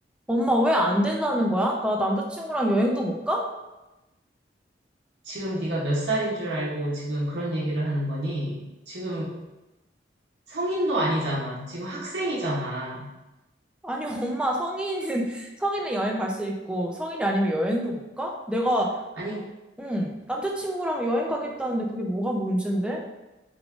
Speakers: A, in the centre; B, on the right.
A: 엄마 왜 안 된다는 거야? 나 남자친구랑 여행도 못 가?
B: 지금 네가 몇 살인 줄 알고 지금 그런 얘기를 하는 거니? 지금 성인도 아니잖아. 지금 학생이잖아.
A: 아니, 엄마 성인은, <laughs> 성인은 여행 갈 수 있고, 성인이 아니면 여행도 못 가? 내가,
B: 아니,
A: 응, 남자친구랑 여행 가겠다는데 그게 뭐가 문제인데?